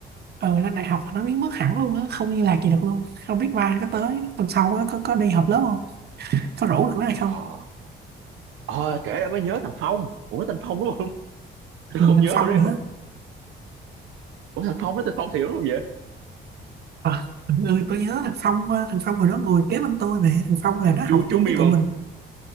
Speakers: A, on the right; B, on the right.
A: ừ lên đại học là nó biến mất hẳn luôn á không liên lạc gì được luôn không biết mai nó có tới tuần sau á có có đi họp lớp không có rủ được nó hay không
B: ờ ờ kể ra mới nhớ thằng Phong ủa thằng Phong đúng không <laughs> tôi
A: ừ,
B: không
A: thằng
B: nhớ đâu
A: Phong
B: đấy
A: nữa
B: không ủa thằng Phong với thằng Phong Thiểu đúng không vậy
A: à, ừ, tôi nhớ thằng Phong ờ, thằng Phong hồi đó ngồi kế bên tôi mà thằng Phong là nó
B: chú
A: học chung
B: chú Mim
A: với tụi
B: không
A: mình